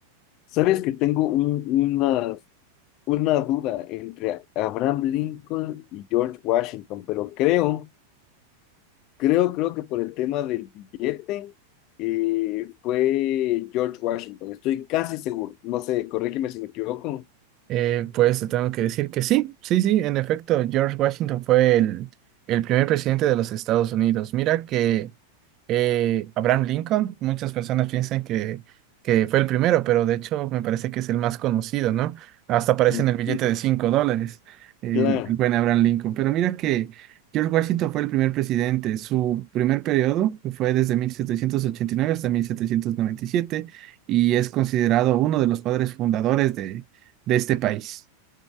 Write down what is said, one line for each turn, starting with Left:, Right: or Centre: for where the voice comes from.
Left: Sabes que tengo un, una, una duda entre Abraham Lincoln y George Washington, pero creo, creo, creo que por el tema del billete eh, fue George Washington, estoy casi seguro, no sé, corrígeme si me equivoco.
Right: Eh, pues te tengo que decir que sí, sí, sí, en efecto, George Washington fue el, el primer presidente de los Estados Unidos. Mira que eh, Abraham Lincoln, muchas personas piensan que, que fue el primero, pero de hecho me parece que es el más conocido, ¿no? Hasta aparece
Left: Mm,
Right: en el billete
Left: mm,
Right: de 5 dólares, el,
Left: Claro.
Right: el buen Abraham Lincoln. Pero mira que George Washington fue el primer presidente. Su primer periodo fue desde 1789 hasta mil setecientos noventa y siete y es considerado uno de los padres fundadores de de este país.